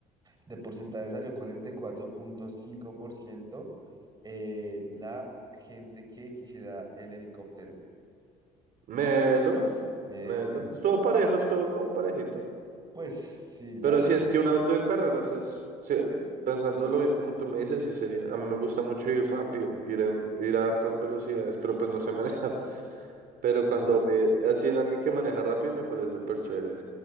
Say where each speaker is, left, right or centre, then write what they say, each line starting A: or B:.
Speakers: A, on the right (about 25°); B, on the right (about 60°).
A: De porcentaje salió cuarenta y cuatro punto cinco por ciento eh, la gente que quisiera el helicóptero.
B: Melo,
A: Bien,
B: melo. Estuvo parejo, estuvo como parejito.
A: pues sí, la
B: Pero
A: verdad.
B: si es que un auto de carreras es, se- pensándolo bien como tú me dices, sí sería, a mí me gusta mucho ir rápido, ir, en, ir a hartas velocidades, pero pues no sé manejar. <laughs> Pero cuando
A: oh,
B: eh, así en alguien que maneja rápido me parece súper chévere.